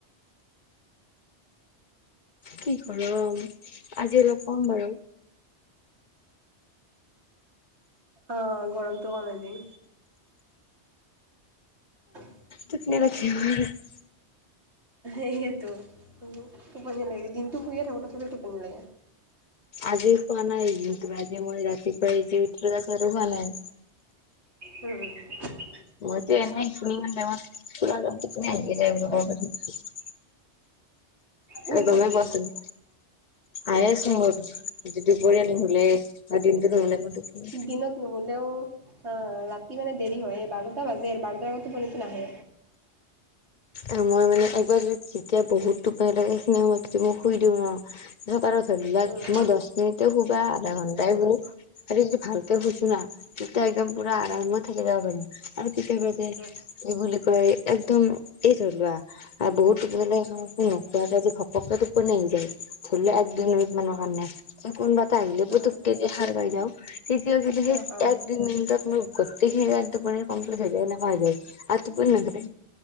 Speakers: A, on the left; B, on the right.
A: কি গৰম আজি অলপ কম বাৰু।
B: অ গৰমটো কম আজি। <unintelligible>
A: তখনে ৰাখে ম <unintelligible>
B: সেইহে তো টোপনি লাগে দিনটো শুইয়ে থাকো তথাপিও টোপনি লাগে।
A: আজি শুৱা নাই দিনটো আজি মই ৰাতিপুৱাই যি উঠিলো তাৰপাছত আৰু শুৱা নাই।
B: উম হোম।
A: মইটো এনেই তিনি ঘন্টা মান পোৰা টোপনিয়াই আছিলোঁ বুলি ক'ব পাৰি।
B: ইমান
A: এই গমে
B: জল্দি
A: পোৱাচোন। আহি আছে মোৰ যদি দুপৰীয়া নোশুলে বা দিনটো নোশুলে মোৰ টোপনি
B: দিনত নোশুলেও আ ৰাতি মানে দেৰি হয়ে বাৰটা বাজে আৰু বাৰটাৰ আগত টোপনিটো নাহে।
A: এ মই মানে একবাৰ যদি যেতিয়া বহুত টোপনি লাগে সেইখিনি সময়ত যদি মই শুই দিওঁ ন ধকাৰত ধৰিলা
B: উম
A: মই দছ মিনিটে শু বা আধা ঘন্টায়ে শুও আজি কিন্তু ভালকে শুনিছোঁ না। তেতিয়া একদম পুৰা আৰামত থাকি যাব পাৰিম আৰু কেতিয়াবা যে
B: উম
A: কি বুলি কয় একদম এই ধৰি লোৱা আৰু বহতলে কিনো ঘপকে টোপনি আহি যায় ধৰি ল এক দুই মিনিট মানৰ কাৰণে এ কোনোবা এটা আহিলে পুতুকে
B: উম
A: যে সাৰ পাই যাওঁ তেতিয়া যে সেই
B: অ অ
A: এক দুই মিনিটত মই গোটেইখিনি যেন টোপনি কম হৈ থাকে এনেকা হৈ যায় আৰু টোপনি নধৰে